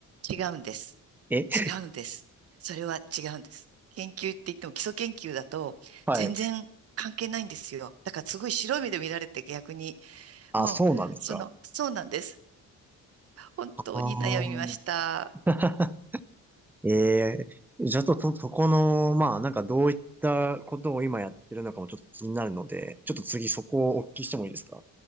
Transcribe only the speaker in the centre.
え
<laughs> はい。
あ、
そうなんですか。
ああ。<laughs> ええじゃあと、と、そこの、まあ、なんかどういったことを今やってるのかもちょっと気になるので、ちょっと次そこをお聞きしてもいいですか